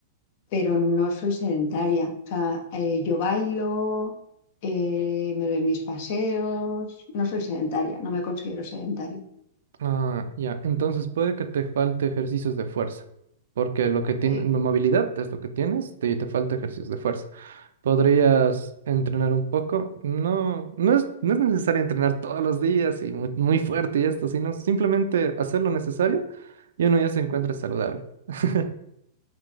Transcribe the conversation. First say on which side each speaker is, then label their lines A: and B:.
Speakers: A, on the left; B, on the right.
A: pero no soy sedentaria. O sea, eh, yo bailo, eh, me doy mis paseos, no soy sedentaria, no me considero sedentaria.
B: Ah, ya. Entonces puede que te falte ejercicios de fuerza, porque lo que tiene
A: Sí,
B: movilidad es lo que tienes, te, te falta ejercicios de fuerza. Podrías entrenar un poco. No, no es, no es necesario entrenar todos los días y muy, muy fuerte y esto, sino simplemente hacer lo necesario y uno ya se encuentra saludable. <laughs>